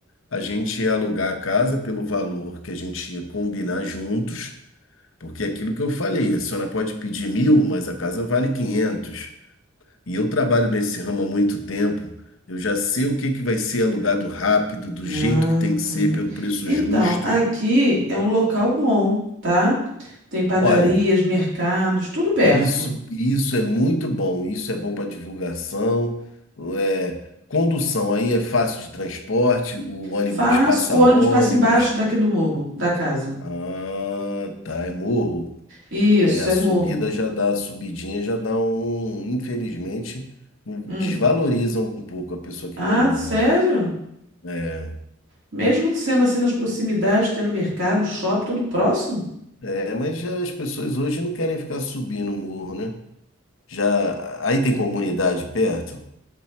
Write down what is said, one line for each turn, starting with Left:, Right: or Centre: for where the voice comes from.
Left: A gente ia alugar a casa pelo valor que a gente ia combinar juntos, porque é aquilo que eu falei, a senhora pode pedir mil, mas a casa vale 500. E eu trabalho nesse ramo há muito tempo, eu já sei o que que vai ser alugado rápido, do jeito
Right: ah,
Left: que tem que
Right: tá.
Left: ser, pelo preço
Right: Então,
Left: justo.
Right: aqui é um local bom, tá? Tem padarias,
Left: Olha,
Right: mercados, tudo perto.
Left: Isso, isso é muito bom, isso é bom para divulgação. é, condução aí é fácil de transporte, o ônibus
Right: Faz,
Left: passa
Right: o ônibus
Left: ônibus.
Right: passa embaixo daqui do morro, da casa.
Left: Ah, tá, é morro.
Right: Isso,
Left: É, a
Right: é
Left: subida
Right: morro.
Left: já dá, a subidinha já dá um, infelizmente, um- desvaloriza
Right: Hum.
Left: um pouco a pessoa que
Right: Ah,
Left: mora em morro.
Right: sério?
Left: É,
Right: Mesmo sendo assim nas proximidades, tendo mercado, shopping, tudo próximo?
Left: é, mas já as pessoas hoje não querem ficar subindo o morro, né? Já aí tem comunidade perto?